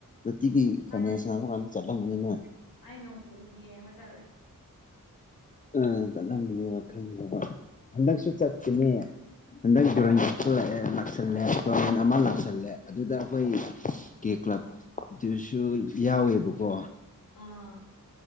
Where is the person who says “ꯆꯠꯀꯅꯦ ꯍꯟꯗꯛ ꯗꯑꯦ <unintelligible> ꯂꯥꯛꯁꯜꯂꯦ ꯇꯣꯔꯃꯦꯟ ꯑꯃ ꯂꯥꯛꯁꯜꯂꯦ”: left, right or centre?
Left